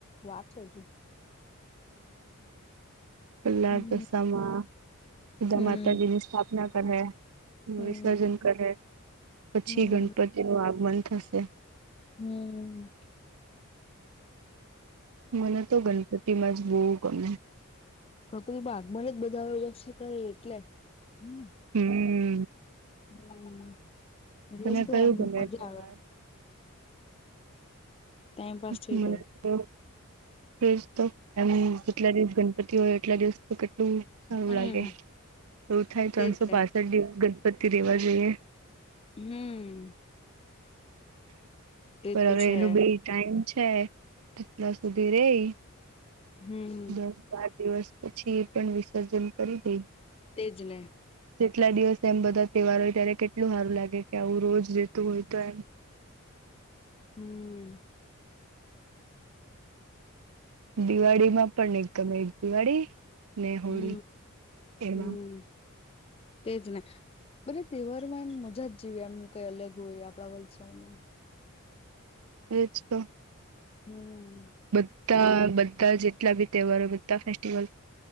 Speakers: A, on the left; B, on the right.
A: વાર છે હજુ
B: પેલ્લા
A: હમ
B: દશામાં. સીધા
A: હમ.
B: માતાજીની સ્થાપના કરહે્
A: હમ
B: વિસર્જન કરહે પછી
A: હમ
B: ગણપતિનું આગમન થશે.
A: હમ્મ..
B: મને તો ગનપતીમાં જ બહુ ગમે
A: કપરી ભાગમાંને જ બધા વશે કરે. એટલે હમ
B: હમ્મ...
A: હમ્મ <unintelligible>
B: તને કયું
A: એમ
B: ગમે
A: મજા
B: તહેવાર
A: આવે. ટાઈમ પાસ
B: <unintelligible>
A: થઈ
B: મને
A: જાય
B: ફ તો એમ કેટલા દિવસ ગણપતિ હોય, એટલા દિવસ તો કેટલું. સારું
A: હમ
B: લાગે એવું થાય,
A: તેજ
B: ત્રણસો
A: ને
B: પાસઠ દિવસ ગજપતિ રેવા જોઈએ.
A: હમમ... તે
B: બરાબર
A: તો છે
B: એનું બી ટાઈમ છે. એટલા સુધી રેય
A: હમ
B: દસ બાર દિવસ પછી એ પણ વિસર્જન કરી દેય.
A: તેજ ને
B: જેટલા દિવસ એમ બધા તહેવાર ઓય, ત્યારે કેટલું હારું લાગે કે આવું રોજ રેતું હોય. તો એમ
A: હમમ...
B: દિવાળીમાં પણ એક ગમે, એક દિવાળી. ને
A: હમ..
B: હોળી એમાં
A: હમ.. તેજ ને મતલબ તહેવારમાં એમ મજા જ જેવી એમ કઈ અલગ હોય આપડા વલસાડમાં.
B: એજ ત.
A: હમ...
B: બધ્ધા બધા જેટલા બી તહેવારો બધા ફેસ્ટિવલ